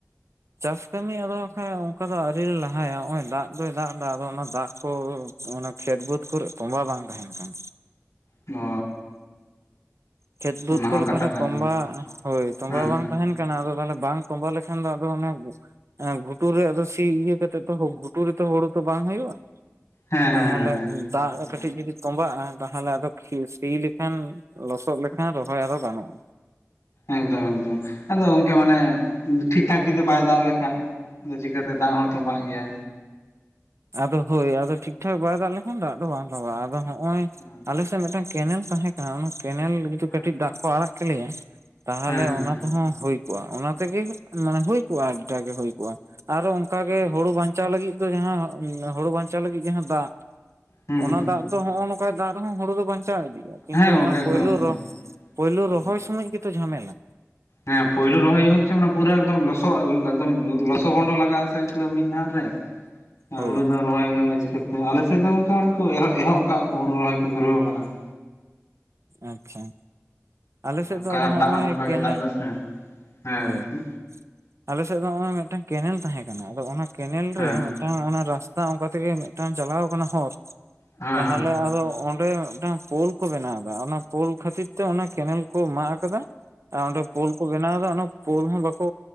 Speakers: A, on the right (about 60°); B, on the left (about 75°).
A: ᱪᱟᱥ ᱠᱟᱹᱢᱤ ᱟᱫᱚ ᱦᱟᱜ ᱠᱷᱟᱡ ᱚᱱᱠᱟ ᱫᱚ ᱟᱣᱨᱤ ᱞᱮ ᱞᱟᱦᱟᱭᱟ ᱱᱚᱜ ᱚᱭ ᱫᱟᱜ ᱫᱚᱭ ᱫᱟᱜ ᱮᱫᱟ ᱟᱫᱚ ᱚᱱᱟ ᱫᱟᱜ ᱠᱚ ᱚᱱᱟ ᱠᱷᱮᱛ ᱵᱟᱹᱫᱽ ᱠᱚᱨᱮ ᱛᱚᱸᱵᱟ ᱵᱟᱝ ᱛᱟᱦᱮᱱ ᱠᱟᱱ
B: ᱚ
A: ᱠᱷᱮᱛ ᱵᱟᱹᱫᱽ
B: ᱚᱱᱟ
A: ᱠᱚᱨᱮ
B: ᱦᱚᱸ ᱠᱟᱛᱷᱟ
A: ᱛᱟᱦᱚᱞᱮ
B: ᱠᱟᱱ
A: ᱛᱚᱢᱵᱟ
B: ᱜᱮᱭᱟ
A: ᱦᱳᱭ ᱛᱚᱢᱵᱟ
B: ᱦᱮᱸ
A: ᱵᱟᱝ ᱛᱟᱸᱦᱮᱱ ᱠᱟᱱᱟ, ᱟᱫᱚ ᱛᱟᱸᱦᱚᱞᱮ ᱵᱟᱝ ᱛᱚᱸᱵᱟ ᱞᱮᱠᱷᱟᱱ ᱫᱚ ᱟᱫᱚ ᱚᱱᱮ ᱦᱮᱸ ᱜᱷᱩᱴᱩ ᱨᱮ ᱟᱫᱚ ᱥᱤ ᱤᱭᱟᱹ ᱠᱟᱛᱮᱜ ᱜᱷᱩᱴᱩ ᱨᱮᱛᱚ ᱦᱩᱲᱩ ᱛᱚ ᱵᱟᱝ ᱦᱩᱭᱩᱜᱼᱟ
B: ᱦᱮᱸ ᱦᱮᱸ
A: ᱛᱟᱦᱚᱞᱮ
B: ᱦᱮᱸ ᱦᱮᱸ
A: ᱫᱟᱜ ᱠᱟᱹᱴᱤᱡ ᱡᱩᱫᱤ ᱛᱚᱸᱵᱟᱜᱼᱟ ᱛᱟᱦᱚᱞᱮ ᱟᱫᱚ ᱥᱤ ᱞᱮᱠᱷᱟᱱ ᱞᱚᱥᱚᱫ ᱞᱮᱠᱷᱟᱱ ᱠᱷᱟᱱ ᱨᱚᱦᱚᱭ ᱟᱫᱚ ᱜᱟᱱᱚᱜᱼᱟ
B: ᱮᱠᱫᱚᱢ ᱮᱠᱫᱚᱢ ᱟᱫᱚ ᱜᱚᱢᱠᱮ ᱢᱟᱱᱮ ᱴᱷᱤᱠ ᱴᱷᱟᱠ ᱡᱩᱫᱤ ᱵᱟᱭ ᱫᱟᱜ ᱞᱮᱠᱷᱟᱡ ᱟᱫᱚ ᱪᱤᱠᱟᱹᱛᱮ ᱫᱟᱜ ᱦᱚᱸ ᱛᱚᱵᱟᱜ ᱜᱮᱭᱟ
A: ᱟᱫᱚ ᱦᱳᱭ ᱟᱫᱚ ᱴᱷᱤᱠ ᱴᱷᱟᱠ ᱵᱟᱭ ᱫᱟᱜ ᱞᱮᱠᱷᱟᱱ ᱫᱟᱜ ᱫᱚ ᱵᱟᱝ ᱛᱚᱵᱟᱜᱼᱟ ᱟᱫᱚ ᱱᱚᱜᱼᱚᱭ
B: ᱦᱮᱸ
A: ᱟᱞᱮᱥᱮᱫ ᱢᱤᱫᱴᱟᱝ ᱠᱮᱱᱮᱞ ᱛᱟᱦᱮᱸ ᱠᱟᱱᱟ ᱚᱱᱟ ᱠᱮᱱᱮᱞ ᱡᱩᱫᱤ
B: ᱦᱮᱸ
A: ᱠᱟᱹᱴᱤᱡ ᱫᱟᱜ ᱠᱚ ᱟᱲᱟᱜ ᱠᱮᱞᱮᱭᱟ ᱛᱟᱦᱚᱞᱮ
B: ᱦᱮᱸ ᱦᱮᱸ ᱦᱮᱸ
A: ᱚᱱᱟ ᱛᱮᱦᱚᱸ ᱦᱩᱭ ᱚᱱᱟ ᱛᱮᱜᱮ ᱢᱟᱱᱮ ᱦᱩᱭ ᱠᱚᱜᱼᱟ ᱟᱹᱰᱤᱴᱟᱜ ᱜᱮ ᱦᱩᱭ ᱠᱚᱜᱼᱟ ᱟᱨᱚ ᱚᱱᱠᱟᱜ
B: ᱦᱩᱸ
A: ᱜᱮ ᱦᱩᱲᱩ ᱵᱟᱧᱪᱟᱣ ᱪᱟᱣ ᱞᱟᱹᱜᱤᱫ ᱫᱚ ᱡᱟᱸᱦᱟᱸ ᱦᱳᱲᱳ ᱵᱟᱸᱧᱪᱟᱣ ᱞᱟᱹᱜᱤᱫ ᱡᱟᱸᱦᱟᱸ ᱫᱟᱜ,
B: ᱦᱩᱸ
A: ᱚᱱᱟ ᱫᱟᱜ ᱫᱚ ᱦᱚᱜᱼᱱᱚᱝ ᱚᱱᱠᱟᱭ ᱫᱟᱜ ᱨᱮᱦᱚᱸ ᱦᱩᱲᱩ ᱫᱚ ᱵᱟᱧᱪᱟᱣ ᱤᱫᱤᱜᱼᱟ ᱾ ᱠᱤᱱᱛᱩ
B: ᱦᱮᱸ ᱜᱚᱝᱠᱮ
A: ᱦᱚᱜᱼᱚᱭ
B: ᱮᱠᱫᱚᱢ
A: ᱯᱳᱭᱞᱳ
B: ᱮᱠᱫᱚᱢ
A: ᱨᱚ ᱯᱳᱭᱞᱳ
B: ᱦᱩᱸ
A: ᱨᱚᱦᱚᱭ ᱥᱚᱢᱚᱭ ᱜᱮ ᱛᱚ ᱡᱷᱟᱢᱮᱞᱟ ᱾
B: ᱦᱮᱸ ᱯᱳᱭᱞᱳ ᱨᱚᱦᱚᱭ ᱡᱚᱠᱷ ᱠᱤᱪᱷ ᱢᱟᱱᱮ ᱯᱩᱭᱞᱩ ᱨᱚᱦᱚᱭ ᱡᱚᱢᱚᱜ ᱜᱮᱪᱚ, ᱚᱱᱟ ᱯᱩᱨᱟᱹ ᱮᱠᱫᱚᱢ ᱞᱚᱥᱚᱜ ᱮᱠᱫᱚᱢ ᱞᱚᱥᱚ ᱵᱷᱚᱱᱰᱚ ᱞᱟᱜᱼᱟ, ᱥᱮ ᱮᱠᱫᱚᱢ ᱢᱤᱫ ᱫᱷᱟᱣ ᱨᱮ ᱾ <inaudible>
A: ᱦᱳᱭ
B: ᱦᱩᱲᱩ ᱫᱚ ᱨᱚᱦᱚᱭ ᱦᱩᱭᱩᱜᱼᱟ ᱪᱤᱠᱟᱹᱛᱮ, ᱟᱞᱮ ᱥᱮᱫ ᱫᱚ ᱜᱚᱝᱠᱮ ᱩᱱᱠᱩ ᱮᱦᱚᱵ ᱠᱟᱜᱼᱟ ᱠᱚ, ᱦᱩᱲᱩ ᱨᱚᱦᱚᱭ ᱠᱚ ᱫᱷᱩᱨᱟᱹᱣ ᱠᱟᱱᱟ ᱾
A: ᱟᱪᱪᱷᱟ ᱟᱞᱮ ᱥᱮᱫ
B: ᱚᱱᱠᱟ
A: ᱫᱚ ᱟᱫᱚ ᱦᱚᱸᱜᱼᱚᱭ
B: ᱫᱟᱜ ᱦᱚᱸ ᱚᱱᱠᱟ ᱜᱮ
A: ᱠᱮᱱᱮᱞ
B: ᱫᱟᱜ ᱮᱫᱟ ᱥᱮ ᱦᱮᱸ
A: ᱦᱳᱭ
B: ᱜᱚᱝᱠᱮ
A: ᱟᱞᱮᱥᱮᱫ ᱫᱚ ᱦᱚᱜᱼᱚᱭ ᱢᱤᱫᱴᱟᱝ ᱠᱮᱱᱮᱞ ᱛᱟᱸᱦᱮᱸ ᱠᱟᱱᱟ, ᱟᱫᱚ ᱚᱱᱟ ᱠᱮᱱᱮᱞ
B: ᱦᱮᱸ
A: ᱨᱮ
B: ᱦᱮᱸ
A: ᱚ, ᱚᱱᱟ ᱨᱟᱥᱛᱟ ᱚᱱᱠᱟ ᱛᱮᱜᱮ ᱢᱤᱫᱴᱟᱝ ᱪᱟᱞᱟᱣ ᱟᱠᱟᱱᱟ ᱦᱚᱨ
B: ᱦᱮᱸ
A: ᱛᱟᱦᱚᱞᱮ
B: ᱦᱮᱸ
A: ᱟᱫᱚ ᱚᱸᱰᱮ ᱢᱤᱫᱴᱟᱝ ᱯᱳᱞ ᱠᱚ ᱵᱮᱱᱟᱣ ᱚᱱᱟ ᱯᱳᱞ ᱠᱷᱟᱹᱛᱤᱨ ᱛᱮ ᱚᱱᱟ ᱠᱮᱱᱮᱞ ᱠᱚ ᱢᱟᱜ ᱟᱠᱟᱫᱟ ᱾ ᱟᱨ ᱚᱸᱰᱮ ᱯᱳᱞ ᱠᱚ ᱵᱮᱱᱟᱣ ᱮᱫᱟ ᱚᱱᱟ ᱯᱳᱞ ᱦᱚᱸ ᱵᱟᱠᱚ